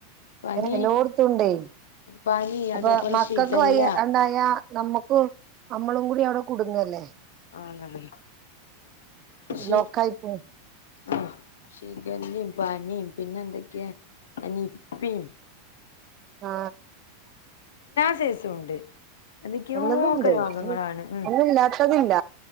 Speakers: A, on the left; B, on the right.
A: പനി
B: എല്ലാടത്തു ഉണ്ടേ
A: പനി
B: അപ്പൊ
A: അതേപോലെ
B: മക്കൾക്ക്
A: ശിഖല്ല
B: വയ്യാണ്ടായ നമ്മക്കും നമ്മളും കൂടി അവിടെ കുടുങ്ങല്ലേ
A: ആണ് ശി
B: ലോക്കായി പോവും
A: ആ ഷിഗലേം പനിയും പിന്നെ എന്തൊക്കെയാ ആ നിപ്പേം
B: ആ
A: <unintelligible> എന്തൊക്കെയോക്കെ
B: എല്ലതുണ്ട്
A: രോഗങ്ങളാണ് ഉം
B: ഒന്നില്ലാത്തതില്ല.